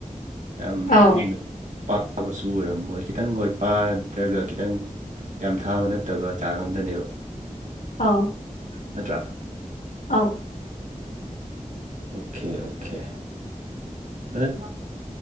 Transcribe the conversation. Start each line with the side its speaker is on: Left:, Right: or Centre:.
Right: ꯌꯥꯝ
Left: ꯑꯧ
Right: ꯈꯩꯅ ꯄꯥꯕꯁꯨ ꯑꯣꯏꯔꯝꯣꯏ ꯈꯤꯇꯪ ꯍꯈꯣꯏ ꯄꯥꯗ꯭ꯔꯒ ꯈꯤꯇꯪ ꯌꯥꯝ ꯊꯥꯕ ꯅꯠꯇꯕ ꯆꯥꯡ ꯑꯃꯝꯗꯅꯦꯕ
Left: ꯑꯥꯎ
Right: ꯅꯠꯇ꯭ꯔ
Left: ꯑꯥꯎ
Right: ꯑꯣꯀꯦ ꯑꯣꯀꯦ ꯅꯪ